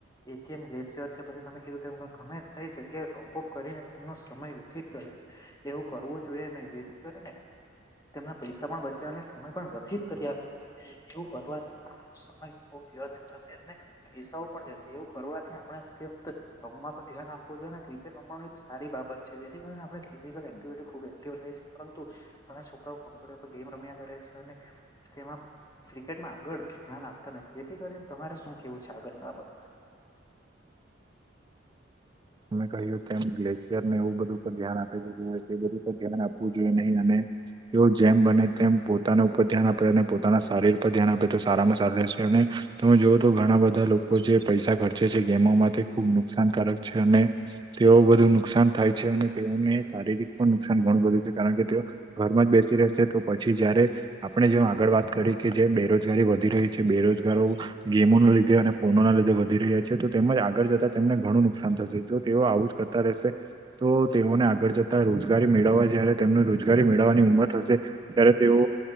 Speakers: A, on the left; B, on the right.
A: એક એમ ગ્લેસિયર છે. પછી તમે કીધું, ગમે જેઈ જગ્યાએ ટોપઅપ કરીને એમનો સમય વ્યથિત કરે છે. એવું કરવું જોઈએ નહીં, જેથી કરીને. તેમને પૈસા પણ બચ્યા, અને સમય પણ ગતિ <inaudible> એવું કરવારથી સમય બો વ્યથ થશે. પૈસાઓ પણ જશે એવું કરવાથી, આપણે સેફ પણ ધ્યાન આપવું જોઈએ ને ક્રિકેટ રમવાનું સારી. સારી બાબત છે, જેથી કરીને આપણી ફીઝીક્લ એક્ટિવિટી ખૂબ એક્ટિવ થાય છે. પરંતુ ઘણા છોકરાઓ કમ્પ્યુટર ઉપર ગેમ રમે મજા કરે છે અને તેમાં ક્રિકેટમાં આગળ ધ્યાન આપતા નથી, જેથી કરીને તમારે શું કેવું છે આગળની બાબતમા?
B: અમે કહ્યું તેમ, ગ્લેશિયર ને એવું બધું પર ધ્યાન આપી દીધું હોય કે, બધું પર ધ્યાન આપવું જોઈએ નહીં અને એ જેમ બને તેમ પોતાના ઉપર ધ્યાન આપે અને પોતાના શારીર પર ધ્યાન આપે, તો સારામા સારુ રહેશે. અને તમે જોઓ તો ઘણા બધા લોકો જે પૈસા ખર્ચે છે, ગેમોમાં તે ખુબ નુકસાનકારક છે, અને તેઓ બધુ નુકસાન થાય છે, અને તેઓને શારીરિક પણ નુકસાન ઘણું બધું છે, કારણ કે તેઓ ઘરમાં જ બેસી રહેશે તો પછી જયારે આપણે જેમ આગળ વાત કરી કે જે બેરોજગારી વધી રહી છે બેરોજગારો ગેમો ના લીધે અને ફોનો ના લીધે વધી રહ્યા છે તો તેમજ આગળ જતા તેમને ઘણુંનું કસાન થશે જો તેઓ આવું જ કરતા રહેશે તો તેઓને આગળ જતા રોજગારી મેળવવા જયારે તેમનું રો રોજગારી મેળવવાની ઉંમર થશે ત્યારે તેઓ